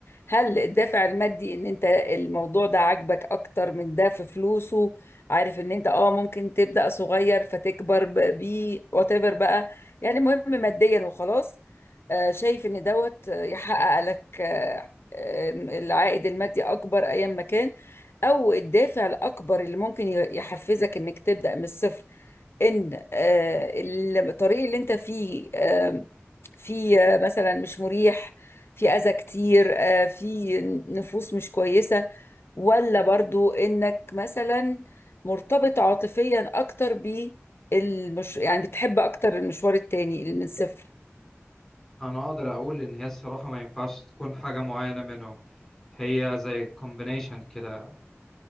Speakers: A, on the left; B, in the centre.
A: هل الدافع المادي ان انت الموضوع ده عاجبك اكتر من ده في فلوسه عارف ان انت اه ممكن تبدأ صغير فتكبر ب- بيه وات ايفر بقى يعني مهم ماديا وخلاص آه، شايف ان دوت آه، يحقق لك آه، آه، العائد المادي اكبر ايام ما كان او الدافع الاكبر اللي ممكن ي- يحفزك انك تبدأ من الصفر ان آه، ال- الطريق اللي انت فيه آه، فيه آه، مثلا مش مريح فيه اذى كتير آه، فيه نفوس مش كويسة ولا برضو انك مثلا مرتبط عاطفيا اكتر بالمش يعني بتحب اكتر المشوار التاني اللي من الصفر
B: انا اقدر اقول ان هي الصراحه ما ينفعش تكون حاجه معينه منهم هي زي كومبينيشن كده